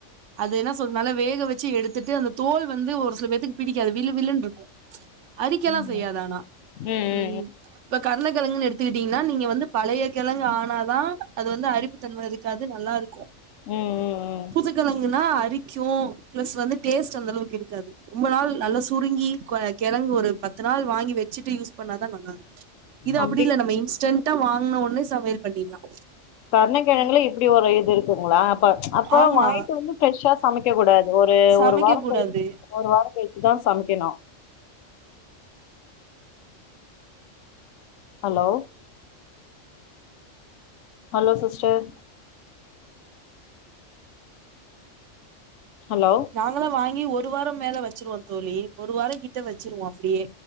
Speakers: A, on the right; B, on the left.
A: அது என்ன சொல்ற நல்லா வேக வச்சு எடுத்துட்டு அந்த தோல் வந்து ஒரு சில பேத்துக்கு பிடிக்காது விலு விலுன்னு இருக்கும் அரிக்கல்லாம்
B: ம்
A: செய்யாது ஆனா
B: ம்
A: உம்
B: ம்
A: இப்ப கருணைகிழங்குன்னு எடுத்துக்கிட்டீங்கன்னா நீங்க வந்து பழைய கிழங்கு ஆனாதான் அது வந்து அறிப்பு தன்ம இருக்கு காது நல்லா இருக்
B: ம் ம் ம்.
A: புதுக்கெழங்குன்னா அரிக்கும் பிளஸ் வந்து டேஸ்ட் ச்சல் அந்த அளவுக்கு இருக்காது ரொம்ப நாள் நல்ல சுருங்கி கிழங்கு ஒரு பத்து நாள் வாங்கி வை வச்சுட்டு யூஸ் பண்ணாதான் நல்லா இருக்கு இது
B: அப்டி
A: அப்படி இல்ல நம்ம இன்ஸன்ட் <unintelligible> வாங்ன உடனே சமையல் பண்ணிடலாம்
B: கருணக்கிழங்கல இப்படி ஒரு இது இருக்குங்களா அப்ப அப்ப
A: ஆமா
B: வாயிட்டு வந்து ப்ரெஷ்ஷா சமைக்க கூடாது ஒரு
A: சமைக்க
B: ஒரு வாரம்
A: கூடாது
B: கழிச் ஒரு வாரம் கழிச்சு தான் சமைக்கணும் ஹலோ ஹலோ சிஸ்டர் ஹலோ
A: நாங்களாம் வாங் யும் ஒரு வாரம் மேல வச்சிருவோம் தோழி ஒரு வாரம் கிட்ட வச்சுருவோம் அப்படியே